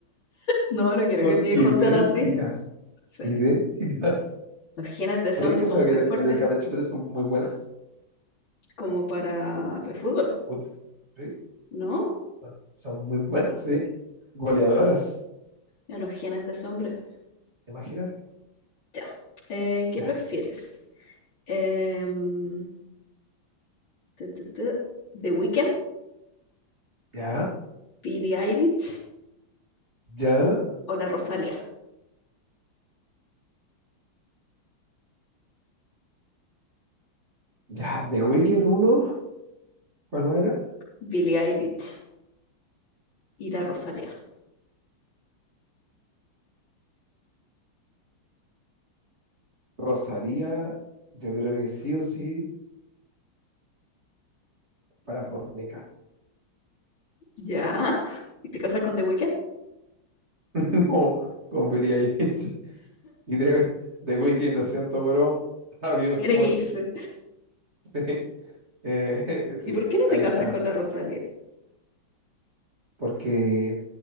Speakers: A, on the left (about 65°); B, on the right (about 30°).
A: No, no quiero
B: Son
A: que mis hijos
B: idénticas.
A: sean así. Sí.
B: Idénticas.
A: Los genes de ese
B: Oye,
A: hombre
B: ¿cachai
A: son
B: que,
A: muy
B: la-
A: fuertes,
B: que las hijas del Chupete son muy buenas?
A: como para el fútbol,
B: Puta, ¿sí?
A: ¿no?
B: Son son muy buenas, sí. Goleadoras.
A: A los genes de ese hombre.
B: Imagínate.
A: Ya. Eh, ¿qué
B: Ya,
A: prefieres? Em, tu, tu, tu, ¿The Weeknd,
B: ya,
A: Billie Eilish
B: ya,
A: o la Rosalía?
B: ya. The Weeknd uno ¿cuál más era?
A: Billie Eilish y la Rosalía.
B: Rosalía, yo creo que sí o sí para fornicar.
A: ¿Ya? <laughs> ¿Y te casas con The Weeknd?
B: <laughs> No, con Billie Eilish. Y The, The Weeknd, lo siento, bro. Adiós,
A: Tiene
B: muerte.
A: que irse.
B: Sí, eh, <laughs> sí,
A: ¿Y por qué no
B: ahí
A: te casas
B: está.
A: con la Rosalía?
B: Porque